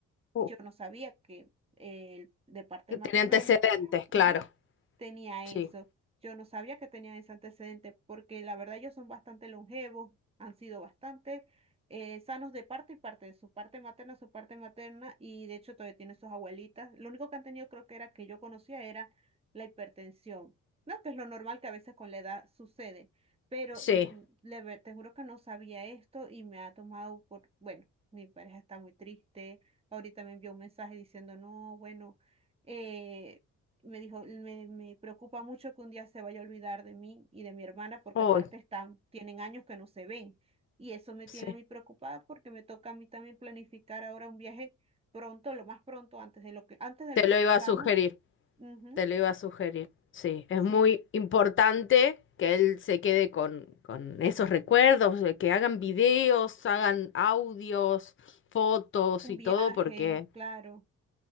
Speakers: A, on the left; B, on the right.
A: Uh,
B: Y yo no sabía que eh, de parte
A: Que
B: materna
A: Tiene antecedentes,
B: de mi pareja
A: claro.
B: tenía
A: Sí,
B: eso. Yo no sabía que tenían ese antecedente porque la verdad ellos son bastante longevos, han sido bastante eh, sanos de parte y parte, de su parte materna, su parte materna y de hecho todavía tienen sus abuelitas. Lo único que han tenido creo que era que yo conocía era la hipertensión, ¿no? Que es lo normal que a veces con la edad sucede, pero
A: sí.
B: mm, le ver- te juro que no sabía esto y me ha tomado por, bueno, mi pareja está muy triste. Ahorita me envió un mensaje diciendo, no, bueno. eh, me dijo, me, me preocupa mucho que un día se vaya a olvidar de mí y de mi hermana porque
A: Uy,
B: aparte están, tienen años que no se ven. Y eso me
A: sí.
B: tiene a mí preocupada porque me toca a mí también planificar ahora un viaje pronto, lo más pronto, antes de lo que, antes de
A: Te
B: lo que
A: lo
B: pensábamos.
A: iba a sugerir.
B: Ujú,
A: Te lo iba a sugerir. Sí, es
B: Sí,
A: muy importante que él se quede con, con esos recuerdos, de que hagan videos, hagan audios, fotos
B: un
A: y
B: viaje,
A: todo, porque
B: claro.